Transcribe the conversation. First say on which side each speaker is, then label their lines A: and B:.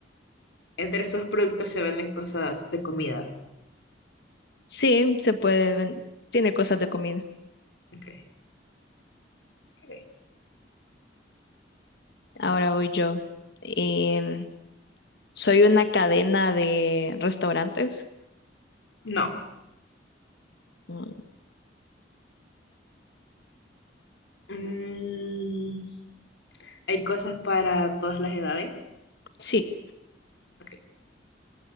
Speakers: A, on the left; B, on the left.
A: entre esos productos se venden cosas de comida.
B: Sí, se puede. ven- Tiene cosas de comida.
A: Ok. ok.
B: Ahora voy yo. Em, soy una cadena de restaurantes.
A: No.
B: Mm,
A: Mm, hay cosas para todas las edades.
B: Sí,
A: Ok.